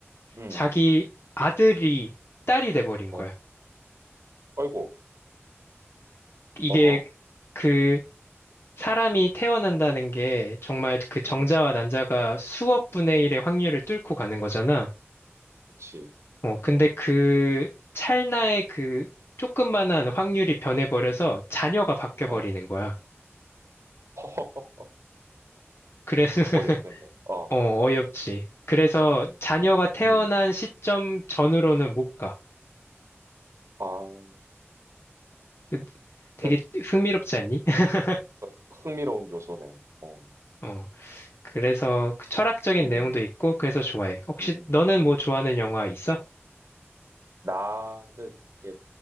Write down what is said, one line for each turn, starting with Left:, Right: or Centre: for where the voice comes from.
Right: 음,
Left: 자기 아들이 딸이 돼버린
Right: 어,
Left: 거야.
Right: 아이고,
Left: 이게
Right: 어허,
Left: 그 사람이 태어난다는 게 정말 그 정자와
Right: 음,
Left: 난자가 수억 분의 일의 확률을 뚫고 가는 거잖아.
Right: 그치,
Left: 어, 근데 그 찰나의 그
Right: 음,
Left: 조금만한 확률이
Right: 음,
Left: 변해버려서 자녀가 바뀌어버리는
Right: 어, 허허허,
Left: 거야.
Right: <laughs>
Left: 그래서, <laughs>
Right: 어이없겠네, 어,
Left: 어, 어이없지. 그래서
Right: 음,
Left: 자녀가 태어난
Right: 음,
Left: 시점 전으로는 못 가.
Right: 아,
Left: 그- 되게
Right: 그,
Left: 흥미롭지 않니? <laughs>
Right: 그 흥미로운 요소네, 어,
Left: 어, 그래서 그 철학적인
Right: 음,
Left: 내용도 있고, 그래서 좋아해. 혹시
Right: 음,
Left: 너는 뭐 좋아하는 영화 있어?
Right: 나는 이게